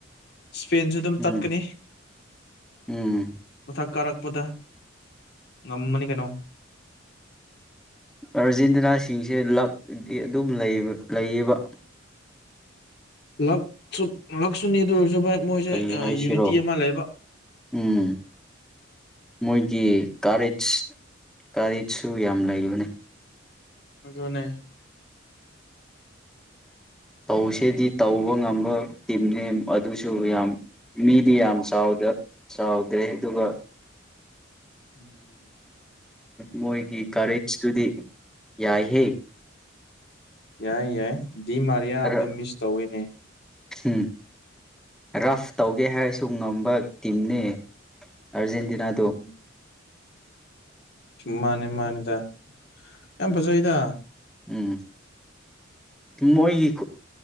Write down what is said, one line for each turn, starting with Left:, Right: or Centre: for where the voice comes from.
Left: ꯏꯁꯄꯦꯟꯁꯨ ꯑꯗꯨꯝ
Centre: ꯎꯝ
Left: ꯇꯠꯀꯅꯤ
Centre: ꯎꯝ
Left: ꯃꯊꯛ ꯀꯥꯔꯛꯄꯗ ꯉꯃꯅꯤ ꯀꯩꯅꯣ
Centre: ꯑꯥꯔꯖꯦꯟꯇꯤꯅꯥꯁꯤꯡꯁꯦ ꯂꯗꯤ ꯑꯗꯨꯝ ꯂꯩꯌꯦꯕ
Left: ꯂꯛ ꯁ ꯂꯛ ꯁꯨꯅꯤ ꯑꯗꯨ ꯑꯣꯏꯔꯁꯨ ꯚꯥꯏ ꯃꯣꯏꯁꯦ
Centre: ꯀꯔꯤ ꯍꯥꯏꯁꯤꯔꯣ
Left: ꯌꯨꯅꯤꯇꯤ ꯑꯃ ꯂꯩꯕ
Centre: ꯎꯝ ꯃꯣꯏꯒꯤ ꯀꯥꯔꯦꯁ ꯀꯔꯤꯁꯨ ꯌꯥꯝ ꯂꯩꯕꯅꯤ
Left: ꯑꯗꯨꯅꯦ
Centre: ꯇꯧꯁꯦꯗꯤ ꯇꯧꯕ ꯉꯝꯕ ꯇꯤꯝꯅꯤ ꯑꯗꯨꯁꯨ ꯌꯥꯝ ꯃꯤꯗꯤ ꯌꯥꯝ ꯆꯥꯎꯗ ꯆꯥꯎꯗ꯭ꯔꯦ ꯑꯗꯨꯒ
Left: ꯎꯝ
Centre: ꯃꯣꯏꯒꯤ ꯀꯔꯦꯖꯇꯨꯗꯤ ꯌꯥꯏꯍꯦ
Left: ꯌꯥꯏ ꯌꯥꯏ ꯗꯤ ꯃꯔꯤꯌꯥꯗꯨ
Centre: ꯔ
Left: ꯃꯤꯁ ꯇꯧꯑꯦꯅꯦ
Centre: ꯎꯝ ꯔꯐ ꯇꯧꯒꯦ ꯍꯥꯏꯔꯁꯨ ꯉꯝꯕ ꯇꯤꯝꯅꯦ ꯑꯔꯖꯦꯟꯇꯤꯅꯥꯗꯣ
Left: ꯎꯝ ꯃꯥꯅꯦ ꯃꯥꯅꯦꯗ ꯌꯥꯝ ꯐꯖꯩꯗ
Centre: ꯎꯝ ꯃꯣꯏꯒꯤ